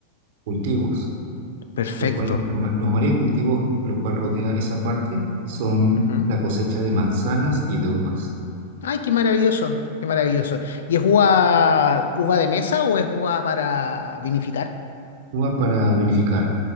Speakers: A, on the right (about 50°); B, on the left (about 60°).
A: cultivos,
B: Perfecto.
A: lo cual, la ma- la mayoría de cultivos, lo cual rodea esa parte, son
B: Ujú.
A: la cosecha de manzanas y de uvas.
B: Ay, qué maravilloso, qué maravilloso. ¿Y es uva, uva de mesa o es uva para vinificar?
A: Uva para vinificar,